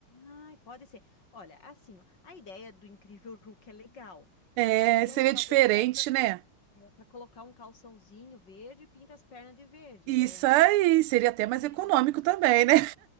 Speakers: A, on the left (about 50°); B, on the right (about 80°).
A: ai, pode ser. Olha, assim, ó, a ideia do Incrível Hulk é legal.
B: É,
A: Até daria,
B: seria
A: talvez,
B: diferente,
A: até para
B: né?
A: colocar um calçãozinho verde e pinta as pernas de verde,
B: Isso
A: né?
B: aí, seria até mais
A: É,
B: econômico também, né?